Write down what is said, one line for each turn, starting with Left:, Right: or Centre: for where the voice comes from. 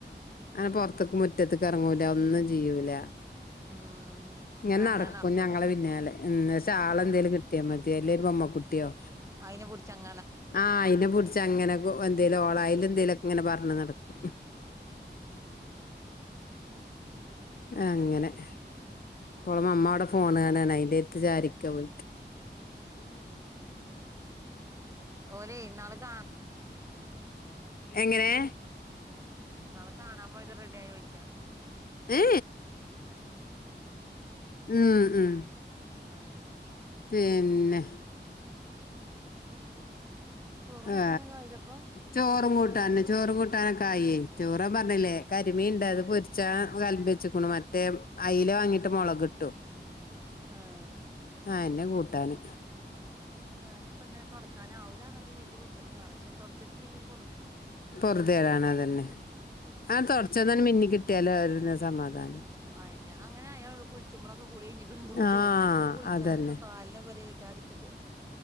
Left: അ പൊറത്തേക്ക് മുറ്റത്തെക്ക് ഇറങ്ങൂല ഒന്നും ചെയൂല്ല
Right: ഉം
Left: ഇങ്ങനെ
Right: അങ്ങനെ
Left: നടക്കും
Right: നടക്കൂലേ
Left: ഞങ്ങളെ പിന്നാലെ ഷാൾ എന്തേലും കിട്ടിയാ മതിയല്ലേ ഒരു ബൊമ്മക്കുട്ടിയോ
Right: അതിനെ പിടിച്ചങ്ങ്
Left: ആ അയിനെ പിടച്ച് അങ്ങനെക്ക് എന്തേലും ഓളായാല എന്തേലും ഇങ്ങനെ പറഞ്ഞ് നടക്കും അങ്ങനെ ഇപ്പോള അമ്മ അവിടെ ഫോൺ കാണാണ് അയിന്റെ അടുത്ത് ചാരിക്ക പോയി
Right: ഓലെ ഇന്നാളെ കാ
Left: എങ്ങനെ?
Right: നിങ്ങള് കാണാൻ പോയത് റെഡി ആയോ ചോയിച്ച
Left: ഏ ഉം ഉം
Right: ആഹ
Left: പിന്നെ
Right: ചോറും കൂട്ടാനൊക്കെ
Left: ആ
Right: ആയിലപ്പൊ
Left: ചോറും
Right: ഇനി വിളിച്ചാനല്ലേള്ളൂ
Left: കൂട്ടൻ ചോറും കൂട്ടാനൊക്കെ ആയി ചോറൻ പറഞ്ഞില്ലേ കരിമി ഉണ്ട് അത് പൊരിച്ചാ കലമ്പി വെച്ചക്കണു മറ്റേ അയില് വാങ്ങിട്ട് മുളക് കിട്ടും
Right: ആഹ
Left: ആഹ എന്നെന്നെ കൂട്ടാന്
Right: ഞാനിപ്പൊന്നെ തുടക്കാനാവില്ലന്നൊക്കെ കരുതി കുത്തിർക്കാണ് പെ തുടച്ചിട്ടില്ലെങ്കിൽ ഒരു പൊന്തിേടാ
Left: പൊറുതേടാണ്തന്നെ ആ തുടച്ചന്നൻ മിന്ന കിട്ടിയാലോ അവ സമാധാനം
Right: പിന്നെ അങ്ങനെ ആയാളോ കുളിച്ചുമ്പോളൊക്കെ കുളി കിഞ്ഞിക്കിുന്ന തൊക്ക
Left: ആഹ്
Right: തോന്ന അെങ്കിൽളിച്ചാലും
Left: അതന്നെ
Right: ഒ കാലിനൊെ ഒരു ജാതി ടാ